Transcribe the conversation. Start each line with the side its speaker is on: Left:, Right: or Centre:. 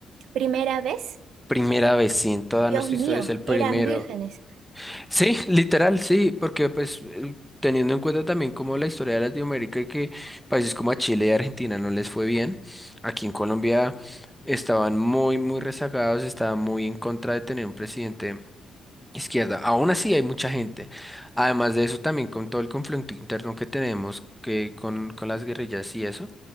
Right: Primera vez,
Centre: Primera vez sí. en toda
Right: Dios
Centre: nuestra
Right: mío,
Centre: historia es el primero.
Right: eran vírgenes.
Centre: Sí, literal, sí, porque pues eh, teniendo en cuenta también como la historia de Latinoamérica y que países como a Chile y Argentina no les fue bien, aquí en Colombia estaban muy, muy rezagados, estaban muy en contra de tener un presidente Izquierda. Aún así hay mucha gente. Además de eso, también con todo el conflicto interno que tenemos, que con, con las guerrillas y eso,